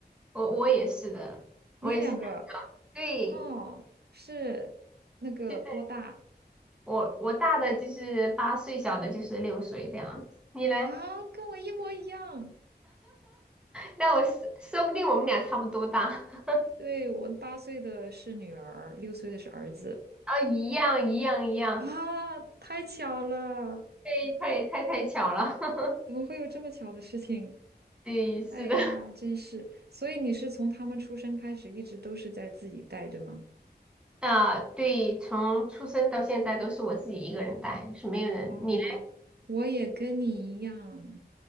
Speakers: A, in the centre; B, on the right (about 65°).
A: 我我也是的，
B: 你也两个？
A: 我也是。对，
B: 哦，是那个多大
A: 就是我我大的就是八岁，小的就是六岁这样子。你呢？
B: 啊？跟我一模一样。
A: 那我说说不定我们俩差不多大，<laughs>
B: 对，我八岁的是女儿，六岁的是儿子。
A: 啊，一样一样一样。
B: 啊，太巧了！
A: 对，太太太巧了。<laughs>
B: 怎么会有这么巧的事情？
A: 对，是的，
B: 哎呀，真是。所以你是从他们出生开始，一直都是在自己带，对吗？
A: 啊，对，从出生到现在都是我自己一个人带，是没有人。
B: 哦，
A: 你呢？
B: 我也跟你一样。